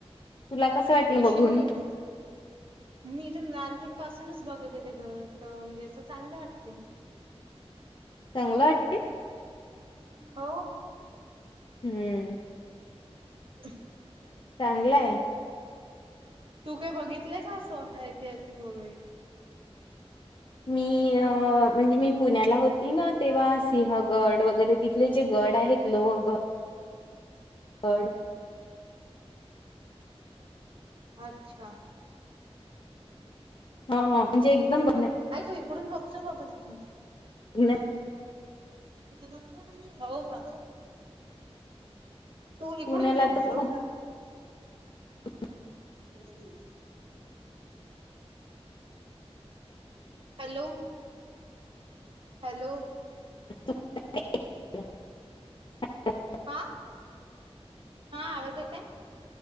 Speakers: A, on the left; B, on the right.
A: तुला कसं वाटलं
B: येशील
A: बघून
B: नाही इकडं मी तर लहानपण पासूनच बघत ते घर तर म्हणजे असं चांगलं वाटतंय.
A: चांगलं वाटतंय.
B: हो.
A: हम्म.
B: <unintelligible>
A: चांगलं हाय.
B: तू काही बघितलंय का असं ऐतिहासिक वगैरे
A: मी म्हणजे मी पुण्याला होती ना तेव्हा सिंहगड वगैरे तिथले जे गड आहेत लो <unintelligible> गड
B: अच्छा.
A: हा म्हणजे एकदम ब
B: <unintelligible> हो
A: बघण्या
B: का. तू इकडून
A: पुण्याला
B: झोपजो.
A: तर खूप <unintelligible>
B: हम्. Hello hello.
A: <unintelligible>
B: हा हा आवाज येतय.